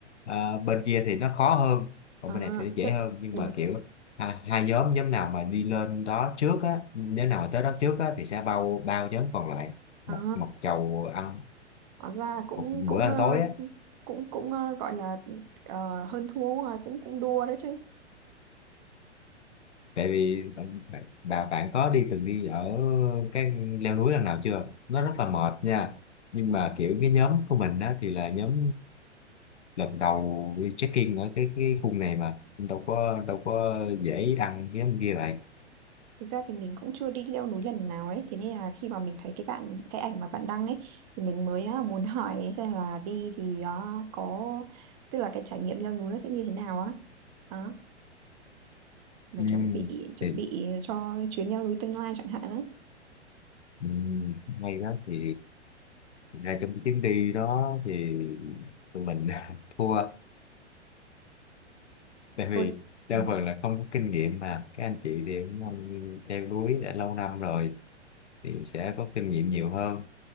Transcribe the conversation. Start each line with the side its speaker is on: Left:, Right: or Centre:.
Left: ờ, bên kia thì nó khó hơn còn
Right: ờ,
Left: bên này thì nó
Right: sẽ-
Left: dễ hơn nhưng
Right: đúng.
Left: mà kiểu hai, hai nhóm nhóm nào mà đi lên đó trước á nhóm nào mà tới đó trước á thì sẽ bao bao nhóm còn lại
Right: À,
Left: một một chầu ăn
Right: Thật ra là cũng
Left: một bữa
Right: cũng
Left: ăn
Right: ờ,
Left: tối á
Right: cũng cũng ờ, gọi là ờ, hơn thua ờ, cũng cũng đua đấy chứ.
Left: tại vì bạn bạn, bạn, bạn có đi từng đi ở cái leo núi lần nào chưa nó rất là mệt nha nhưng mà kiểu cái nhóm của mình á thì là nhóm lần đầu đi trekking ở cái cái khu này mà đâu có đâu có dễ đăng cái nhóm kia vậy
Right: Thực ra thì mình cũng chưa đi leo núi lần nào ấy, thế nên là khi mà mình thấy cái bạn cái ảnh mà bạn đăng ấy thì mình mới ờ, muốn <laughs> hỏi xem là đi thì ờ, có tức là cái trải nghiệm leo núi nó sẽ như thế nào á. Đó, mà
Left: ừ.
Right: chuẩn bị chuẩn
Left: thì
Right: bị cho chuyến leo núi tương lai chẳng hạn đó.
Left: ừ, hay đó thì Thực ra trong cái chuyến đi đó thì tụi mình <laughs> thua tại
Right: Thôi.
Left: vì đa
Right: Ừ.
Left: phần là không có kinh nghiệm mà các anh chị thì cũng anh leo núi đã lâu năm rồi thì sẽ có kinh nghiệm nhiều hơn